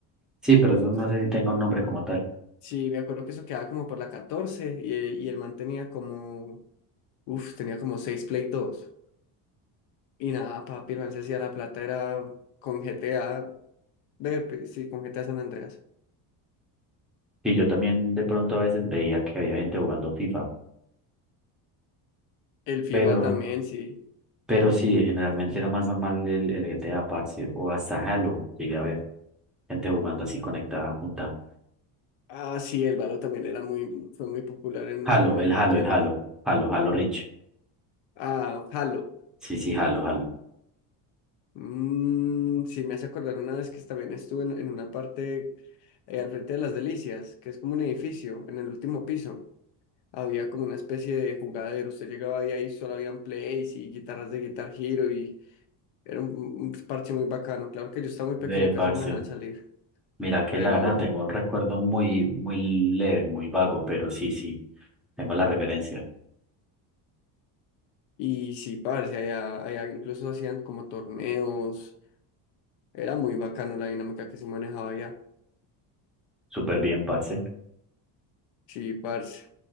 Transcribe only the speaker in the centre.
Sí, pero eso no
sé si tenga un nombre como tal.
Y yo también de pronto a veces veía que había gente jugando FIFA,
pero...
Pero sí, generalmente era más normal el, el GTA, parce, o hasta Halo. Llegué a ver gente jugando así conectada junta.
Halo,
el
Halo,
el Halo, Halo, Halo Reach.
Sí, sí, Halo, Halo.
Ve,
parce,
mira que
la verdad tengo un recuerdo muy, muy leve, muy vago, pero sí, sí, tengo la referencia.
Súper bien, parce.